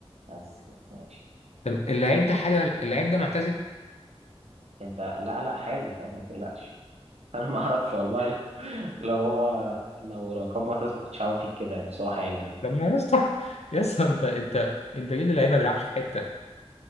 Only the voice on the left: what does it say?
طب اللعيب ده حالي ولا- اللعيب ده معتزل
لما يا اسطى يا اسطى انت انت انت ليه اللعيب ما بيلعبش في حته